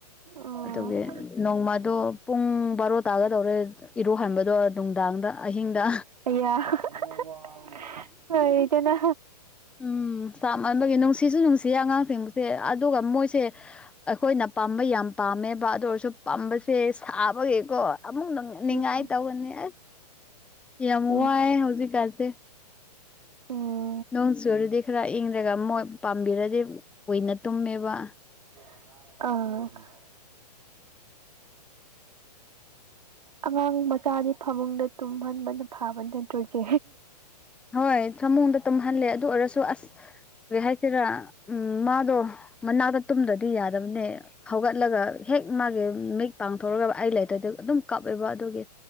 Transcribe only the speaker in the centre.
ꯑꯗꯨꯒꯤ ꯅꯣꯡꯃꯗꯣ ꯄꯨꯡ ꯕꯥꯔꯣ ꯇꯥꯒ ꯇꯧꯔꯦ ꯏꯔꯨꯍꯟꯕꯗꯣ ꯅꯨꯡꯗꯥꯡꯗ ꯑꯍꯤꯡꯗ
ꯎꯝ ꯆꯞ ꯃꯅꯕꯒꯤ ꯅꯨꯡꯁꯤꯁꯨ ꯅꯨꯡꯁꯤꯌꯦ ꯑꯉꯥꯡꯁꯤꯡꯁꯦ ꯑꯗꯨꯒ ꯃꯣꯏꯁꯦ ꯑꯩꯈꯣꯏꯅ ꯄꯥꯝꯕ ꯌꯥꯝ ꯄꯥꯝꯃꯦꯕ ꯑꯗꯨ ꯑꯣꯏꯔꯁꯨ ꯄꯥꯝꯕꯁꯦ ꯁꯥꯕꯒꯤꯀꯣ ꯑꯃꯨꯛ ꯅꯤꯡꯉꯥꯏ
ꯇꯧꯕꯅꯤ ꯑꯁ ꯌꯥꯝ
ꯋꯥꯏꯑꯦ ꯍꯧꯖꯤꯛꯀꯥꯟꯁꯦ꯫
ꯅꯣꯡ ꯆꯨꯔꯗꯤ ꯈꯔ ꯏꯪꯪꯂꯒ ꯃꯣꯏ ꯄꯥꯝꯕꯤꯔꯗꯤ ꯀꯨꯏꯅ ꯇꯨꯝꯃꯦꯕ
ꯍꯣꯏ ꯊꯃꯨꯡꯗ ꯇꯨꯝꯍꯜꯂꯦ ꯑꯗꯨ ꯑꯣꯏꯔꯁꯨ ꯑꯁ ꯦ ꯍꯥꯏꯁꯤꯔꯥ ꯎꯝ ꯃꯥꯗꯣ ꯃꯅꯥꯛꯇ ꯇꯨꯝꯗ꯭ꯔꯗꯤ ꯌꯥꯗꯕꯅꯦ꯫ ꯍꯧꯒꯠꯂꯒ ꯍꯦꯛ ꯃꯥꯒꯤ ꯃꯤꯠ ꯄꯥꯡꯊꯣꯛꯂꯒ ꯑꯩ ꯂꯩꯇꯗ ꯑꯗꯨꯝ ꯀꯥꯞꯑꯦꯕ ꯑꯗꯨꯒꯤ